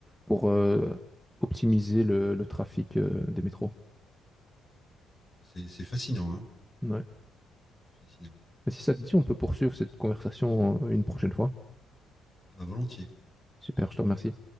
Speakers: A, in the centre; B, on the left.
A: pour euh, optimiser le, le trafic euh, des métros.
B: C'est c'est fascinant, hein.
A: Ouais.
B: C'est fascinant.
A: Mais si ça te dit, on peut poursuivre cette conversation euh, une prochaine fois.
B: Ah, volontiers.
A: Super, je te remercie.